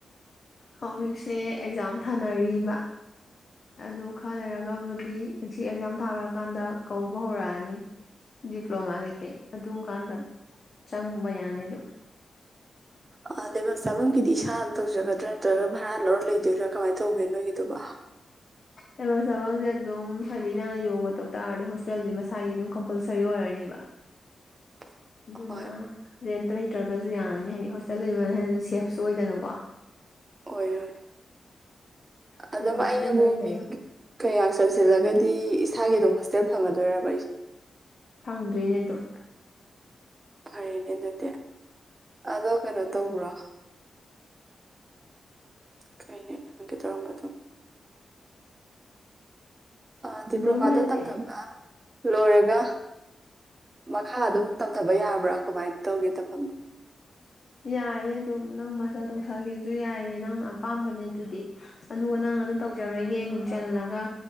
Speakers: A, on the left; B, on the right.
A: ꯍꯧꯖꯤꯛꯁꯦ ꯑꯦꯛꯖꯥꯝ ꯊꯥꯅꯔꯤꯕ ꯑꯗꯨ ꯈꯔ ꯂꯩꯔꯒꯕꯨꯗꯤ ꯑꯁꯤ ꯑꯦꯛꯖꯥꯝ ꯊꯥ ꯂꯣꯏꯀꯥꯟꯗ ꯀꯧꯕ ꯍꯧꯔꯛꯑꯅꯤ ꯗꯤꯄ꯭ꯂꯣꯃꯥ ꯀꯩꯀꯩ ꯑꯗꯨꯝ ꯀꯥꯟꯗ ꯆꯪꯕ ꯌꯥꯅꯤ ꯗꯨꯝ
B: ꯑꯥ ꯂꯩꯕꯝ ꯆꯥꯕꯝꯒꯤꯗꯤ ꯏꯁꯥꯅ ꯇꯧꯖꯒꯗ꯭ꯔꯥ ꯅꯠꯇ꯭ꯔꯒ ꯚꯔꯥ ꯂꯧꯔ ꯂꯩꯗꯣꯏꯔ ꯀꯃꯥꯏ ꯇꯧꯒꯦ ꯅꯣꯏꯒꯤꯗꯨꯕꯣ
A: ꯂꯩꯚꯝ ꯆꯥꯚꯝꯁꯦ ꯑꯗꯨꯝ ꯍꯥꯏꯗꯤ ꯅꯪꯅ ꯌꯣꯒ ꯇꯧ ꯇꯥꯔꯗꯤ ꯍꯣꯁꯇꯦꯜꯗꯤ ꯃꯁꯥꯒꯤ ꯑꯗꯨꯝ ꯀꯝꯄꯜꯁꯔꯤ ꯑꯣꯏꯔꯅꯤꯕ
B: <inaudible>
A: ꯑꯗꯨꯅ
B: ꯍꯣꯏ
A: ꯔꯦꯟꯇ ꯂꯩꯇ꯭ꯔꯒꯁꯨ ꯌꯥꯅꯤ ꯍꯥꯏꯗꯤ ꯍꯣꯁꯇꯦꯜ ꯂꯩꯕꯅ ꯍꯦꯟꯅ ꯁꯦꯞꯁꯨ ꯑꯣꯏꯗꯅꯀꯣ
B: ꯑꯣꯏꯔꯣꯏ
A: ꯑꯗꯨꯅ
B: ꯑꯗꯨꯝ
A: ꯍꯣꯁꯇꯦꯜꯗ
B: ꯑꯩꯅꯕꯨ
A: ꯑꯣꯏꯅ ꯂꯩꯌꯣ
B: ꯃꯤꯡ ꯀꯌꯥ ꯆꯪꯁꯤꯜꯂꯒꯗꯤ ꯏꯁꯥꯒꯤ ꯑꯗꯨꯝ ꯍꯣꯁꯇꯦꯜ ꯐꯪꯒꯗꯣꯏꯔꯕ ꯑꯩꯁꯦ
A: ꯐꯪꯗꯣꯏꯅꯦ ꯑꯗꯨꯝ
B: ꯐꯔꯦꯅꯦ ꯑꯗꯨꯗꯤ ꯑꯗꯣ ꯀꯩꯅꯣ ꯇꯧꯕ꯭ꯔꯣ ꯀꯩꯅꯦ <unintelligible> ꯇꯧꯔꯝꯕꯗꯣ ꯑꯥ ꯗꯤꯄ꯭ꯂꯣꯃꯥꯗꯣ
A: ꯑꯗꯨꯝ ꯍꯥꯏꯗꯤ
B: ꯇꯝꯊ ꯑꯥ ꯂꯣꯏꯔꯒ ꯃꯈꯥ ꯑꯗꯨꯝ ꯇꯝꯊꯕ ꯌꯥꯕ꯭ꯔꯥ ꯀꯃꯥꯏ ꯇꯧꯒꯦ ꯇꯝꯐꯝꯗꯤ
A: ꯌꯥꯏꯌꯦ ꯑꯗꯨꯝ ꯅꯪ ꯃꯥꯁꯇꯔ ꯇꯧꯊꯒꯦꯁꯨ ꯌꯥꯏꯌꯦ ꯅꯪꯅ ꯑꯄꯥꯝꯕꯅꯦ ꯑꯗꯨꯗꯤ ꯑꯗꯨꯒ ꯅꯪꯅ ꯑꯗꯨ ꯇꯧꯖꯔꯣꯏꯒꯦ ꯃꯤꯡ ꯆꯜꯂꯒ